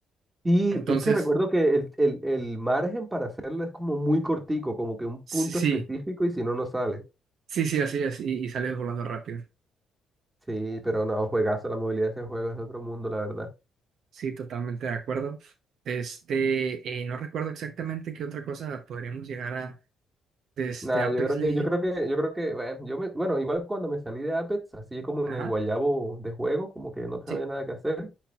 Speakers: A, on the right; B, on the right.
A: Y
B: Entonces,
A: es que recuerdo que el, el, el margen para hacerlo es como muy cortico, como que un
B: sí,
A: punto
B: sí,
A: específico y si no, no sale.
B: sí, sí, así es, y, y sales volando rápido.
A: Sí, pero no, juegazo, la movilidad de ese juego es de otro mundo, la verdad.
B: Sí, totalmente de acuerdo. Este, eh, no recuerdo exactamente qué otra cosa podríamos llegar a, este
A: Nada,
B: Apex
A: yo creo
B: Legends.
A: que, yo creo que, yo creo que, bueno, yo me, bueno, igual cuando me salí de Apex, así como
B: Ajá,
A: en el guayabo de juego, como que no sabía
B: sí,
A: nada que hacer,